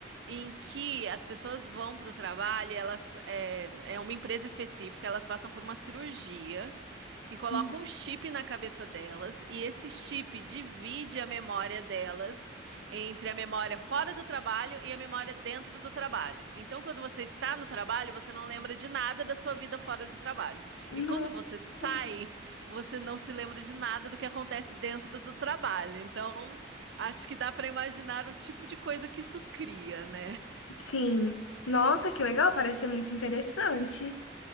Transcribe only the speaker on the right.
em que as pessoas vão para o trabalho, e elas é, é uma empresa específica, elas passam por uma cirurgia que coloca
um chip na cabeça delas, e esse chip divide a memória delas entre a memória fora do trabalho e a memória dentro do trabalho. Então, quando você está no trabalho, você não lembra de nada da sua vida fora do trabalho.
E quando você sai você não se lembra de nada do que acontece dentro do trabalho. Então, acho que dá para imaginar o tipo de coisa que isso cria, né?